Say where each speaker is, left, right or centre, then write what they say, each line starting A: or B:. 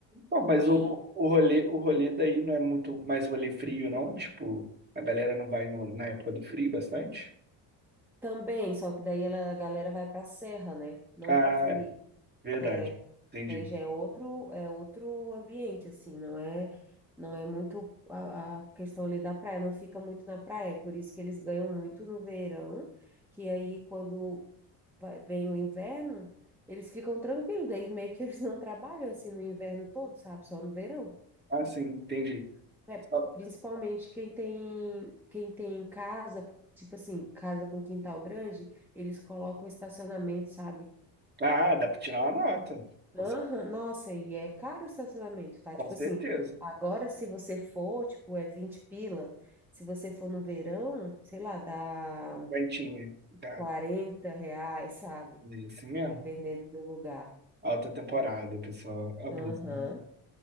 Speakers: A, on the right; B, in the centre.
A: Pô, mas
B: Quem...
A: o, o rolê, o rolê daí não é muito mais rolê frio, não? Tipo, a galera não vai no- na época do frio bastante?
B: Também, só que daí ela- a galera vai pra serra, né? Não
A: Ah,
B: pra Floripa.
A: é, verdade.
B: É,
A: Entendi.
B: daí já é outro, é outro ambiente, assim, não é, não é muito a, a questão ali da praia, não fica muito na praia, é por isso que eles ganham muito no verão, que aí quando vai- vem o inverno, eles ficam tranquilos, daí meio que eles não trabalham assim no inverno todo, sabe? Só no verão.
A: Ah, sim, entendi.
B: É,
A: Só-
B: principalmente quem tem, quem tem casa, tipo assim, casa com quintal grande, eles colocam estacionamento, sabe?
A: Ah, dá pra tirar uma nota. Nossa.
B: Aham, Nossa, e é caro o estacionamento, tá? Tipo
A: Com certeza.
B: assim, agora se você for, tipo, é 20 pila. Se você for no verão, sei lá, dá
A: Quentinha, cara.
B: 40 reais, sabe?
A: É Isso mesmo.
B: Dependendo do lugar.
A: Alta temporada, o pessoal abusa,
B: Aham,